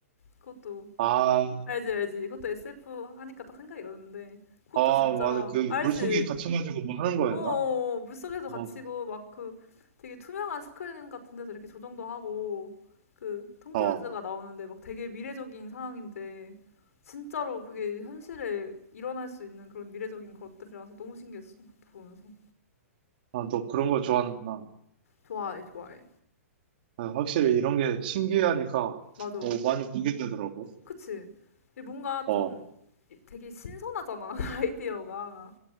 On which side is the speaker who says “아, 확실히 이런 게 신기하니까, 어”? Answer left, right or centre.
Right